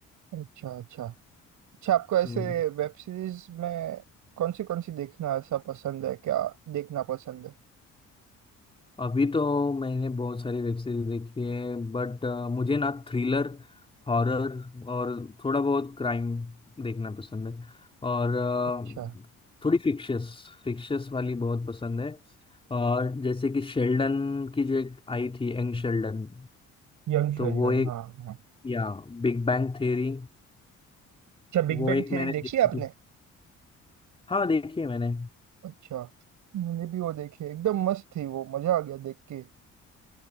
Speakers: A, on the right; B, on the left.
A: अच्छा अच्छा अच्छा आपको ऐसे
B: हम्म,
A: वेब सीरीज में कौन सी कौन सी देखना ऐसा पसंद है क्या देखना पसंद है
B: अभी तो मैंने बहुत सारी वेब सीरीज देखी है बट मुझे ना थ्रिलर हॉरर और थोड़ा बहुत क्राइम देखना पसंद है और अ,
A: अच्छा
B: थोड़ी फिक्शियस फिक्शियस वाली बहुत पसंद है और जैसे कि शेल्डन की जो एक आई थी यंग शेल्डन
A: यंग शेल्डन
B: तो वो एक
A: हाँ हाँ
B: या बिग बैंग थ्योरी
A: अच्छा बिग
B: वो
A: बैंग
B: एक
A: थ्योरी
B: मैंने
A: देखी
B: देखी
A: आपने
B: हाँ देखी है मैंने
A: अच्छा मैंने भी वो देखी है, एकदम मस्त थी वो मजा आ गया देख के